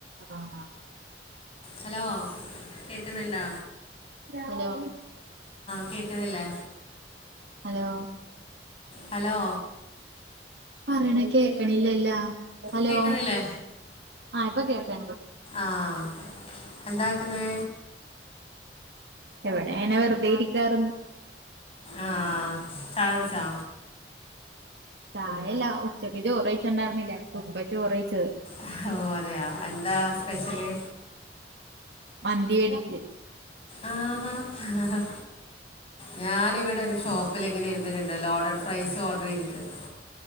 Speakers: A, on the right (about 75°); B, on the left (about 35°).
A: ആഹ് ആഹ്
B: ഹലോ കേക്ക്ന്ന്ണ്ടോ?
A: ഹലോ
B: കേൾക്കുന്നില്ലേ
A: ഹലോ
B: ഹലോ
A: പറിണെ കേക്ക്ണില്ലല്ലോ? ഹലോ
B: കേൾക്കുന്നില്ലേ
A: ആഹ് ഇപ്പ കേക്ക്ണ്ട്
B: ആഹ് എന്താക്ക്ന്നേ?
A: ഇവടെ ഇങ്ങനെ വെറ്തെ ഇരിക്കാ <unintelligible>
B: ആഹ് ചായ കുടിച്ചോ?
A: ചായല്ല ഉച്ചക്ക് ചോറ് കഴിച്ച്ണ്ടായിര്ന്നില്ല പ്പം ഇപ്പം ചോറ്യ്ച്ച്
B: ഓഹ് അതെയാ എന്താ സ്പെഷ്യല്?
A: മന്തി വേടിച്ച്
B: ആഹ് അഹ് ഞാനിവടെ ഒരു ഷോപ്പ്ല് ഇങ്ങനെ ഇരുന്നിട്ട്ണ്ട് ലോഡർ ഫ്രൈസ് ഓഡർ ചെയ്തിട്ട്ണ്ട്